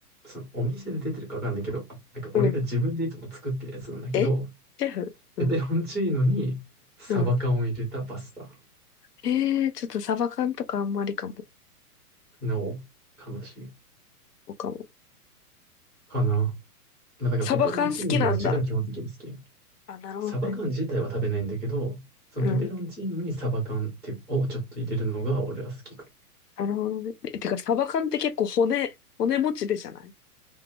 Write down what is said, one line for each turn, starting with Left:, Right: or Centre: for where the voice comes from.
Centre: そのお店で出てるかわかんないけど、なんか俺が自分でいつも作ってるやつなんだけど、
Left: うん。えシェフうん。
Centre: ペペロンチーノにサバ缶を入れたパスタ。
Left: うん。えー、ちょっとサバ缶とかあんまりかも。
Centre: なお、悲しい。
Left: そうかも。
Centre: かな。まあ、だからペペロンチーノの味が基本的に好き。
Left: サバ缶好きなんだ。あ、なるほどね。
Centre: サバ缶自体は食べないんだけど、そのペペロンチーノにサバ缶っていうをちょっと入れるのが俺は好きかな。
Left: うん。なるほどね。え、てか、サバ缶って結構骨、骨持ちでじゃない